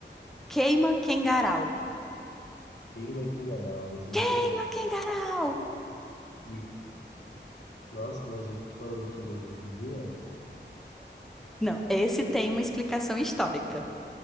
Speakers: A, in the centre; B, on the left.
A: Queima quengarau.
B: Queima Kindaral, esse eu não
A: Queima
B: comi.
A: quengarau!
B: E, nossa, mas eu tô falando aqui das, das meninas?
A: Não, esse tem uma explicação histórica.